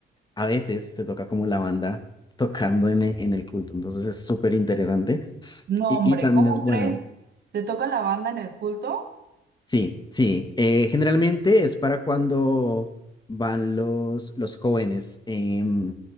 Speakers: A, on the left; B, on the right.
A: a veces te toca como la banda tocando en, e- en el culto, entonces es súper interesante
B: No,
A: y,
B: hombre,
A: y también
B: ¿cómo
A: es bueno.
B: crees? ¿Te toca la banda en el culto?
A: Sí, sí. eh, generalmente es para cuando van los, los jóvenes. em,